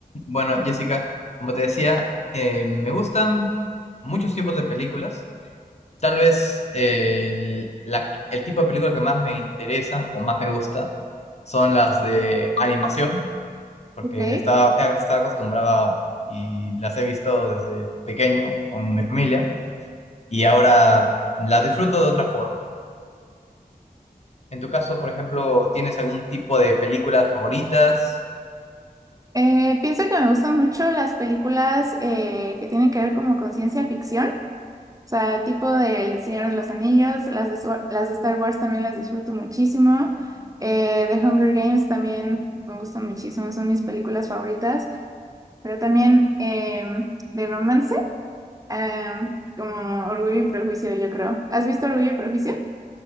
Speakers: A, on the left (about 45°); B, on the right (about 25°).
A: Bueno, Jessica, como te decía, eh, me gustan muchos tipos de películas. Tal vez eh, el, la- el tipo de película que más me interesa o más me gusta son las de animación, porque
B: Ok.
A: estaba, eh, estaba acostumbrado a- y las he visto desde pequeño con mi familia y ahora las disfruto de otra forma. En tu caso, por ejemplo, ¿tienes algún tipo de películas favoritas
B: Eh, pienso que me gustan mucho las películas eh, que tienen que ver como con ciencia ficción, o sea, tipo del Señor de los Anillos, las de, Swar- las de Star Wars también las disfruto muchísimo, eh, The Hunger Games también me gustan muchísimo, son mis películas favoritas, pero también eh, de romance, em, como Orgullo y Prejuicio, yo creo. ¿Has visto Orgullo y Prejuicio?